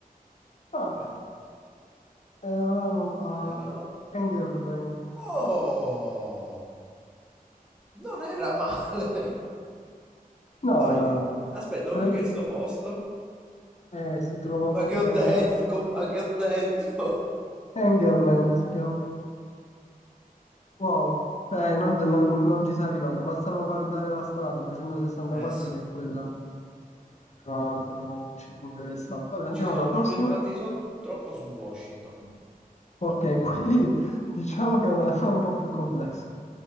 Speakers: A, on the left (about 50°); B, in the centre.
A: Ah,
B: Vedi-
A: eravamo a
B: Vediamo.
A: Engerland.
B: Oh! Non era male!
A: No,
B: <laughs> Dov'è
A: no,
B: che?
A: no.
B: Aspetta, dov'è
A: Tre-
B: che è sto posto?
A: eh, si trova
B: Ma
A: proprio...
B: che ho detto,
A: zona-
B: ma che ho detto?
A: Engerland si chiama. Wow. Eh, non, non- non ci sei arrivato. Bastava guardare la strada 264
B: Eh sì,
A: che è quella che tra l'altro ci interessava. Vabbè, andiamo
B: ci siamo
A: alla
B: concentrati
A: prossima.
B: so- troppo su Washington.
A: Ok, qui <laughs> diciamo che è un po' più complesso.